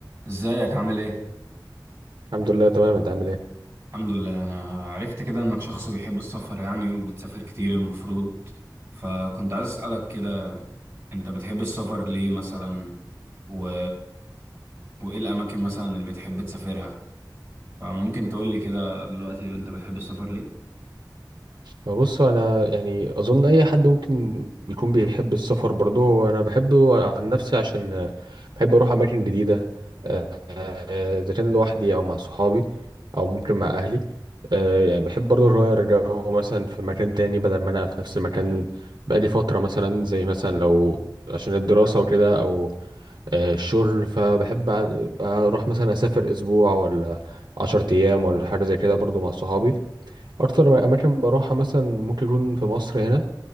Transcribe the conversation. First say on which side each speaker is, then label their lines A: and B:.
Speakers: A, on the right; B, on the right.
A: ازيك عامل ايه؟
B: الحمد لله تمام انت عامل ايه
A: الحمد لله انا عرفت كده انك شخص بيحب السفر يعني وبتسافر كتير المفروض فكنت عايز اسألك كده انت بتحب السفر ليه مثلا و... وايه الاماكن مثلا اللي بتحب تسافرها فممكن تقولي كده دلوقتي انت بتحب السفر ليه؟
B: بص انا يعني اظن اي حد ممكن يكون بيحب السفر برضه وانا بحبه عن نفسي عشان آه، بحب اروح اماكن جديده آه، آه، اذا كان لوحدي او مع صحابي او ممكن مع اهلي آه، يعني بحب برضه اغير جو مثلا في مكان تاني بدل ما انا في نفس المكان بقالي فتره مثلا زي مثلا لو عشان الدراسه وكده او آه، الشغل فبحب أ- اروح مثلا اسافر اسبوع ولا عشرة ايام ولا حاجه زي كده برضه مع صحابي اكتر اماكن بروحها مثلا ممكن يكون في مصر هنا